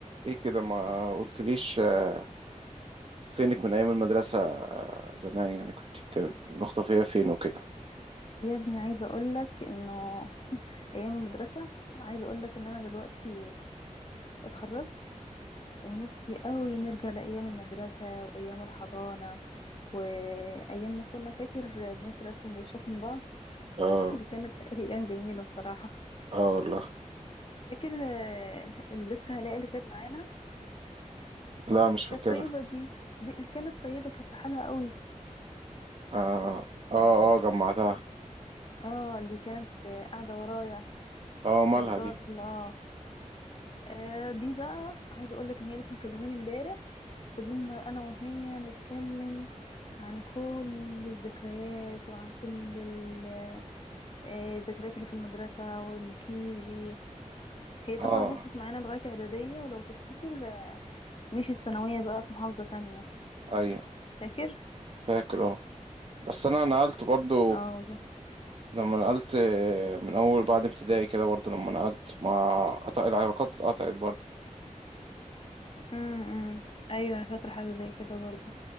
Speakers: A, on the right; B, on the left.
A: ايه كده ما قلتليش آه، فينك من ايام المدرسة آه، زمان يعني كنت بت- مختفية فين وكده
B: يا ابني عايزة أقولك إنه <laughs> أيام المدرسة عايزة أقولك إن أنا دلوقتي اتخرجت ونفسي قوي نرجع لأيام المدرسة وأيام الحضانة وأيام ما كنا فاكر بنسرق سندوتشات من بعض
A: اه
B: <laughs> دي كانت أيام جميلة الصراحة
A: اه والله
B: فاكر آه، البت هلاء اللي كانت معانا
A: لا مش فاكرها
B: كانت طيبة دي دي اللي كانت طيبة كانت في حالها قوي
A: اه اه اه جمعتها
B: اه اللي كانت آه، قاعدة ورايا
A: اه مالها
B: كانت بتقعد
A: دي
B: في ال- اه آه دي بقى عايزه اقول لك ان هي لسه مكلماني امبارح فضلنا انا وهي نتكلم عن كل الذكريات وعن كل ال- آه، الذكريات اللي في المدرسه والكيجي هي طبعا
A: اه
B: وصلت معانا لغايه اعداديه ولو تفتكر آه، مشيت ثانويه بقى في محافظه تانية
A: ايوه
B: فاكر
A: فاكر اه بس انا نقلت برضو
B: اه والله
A: لما نقلت آه، من اول بعد ابتدائي كده برضو لما نقلت ما قطع العلاقات اتقطعت برضو
B: امم ايوه انا فاكره حاجه زي كده برضه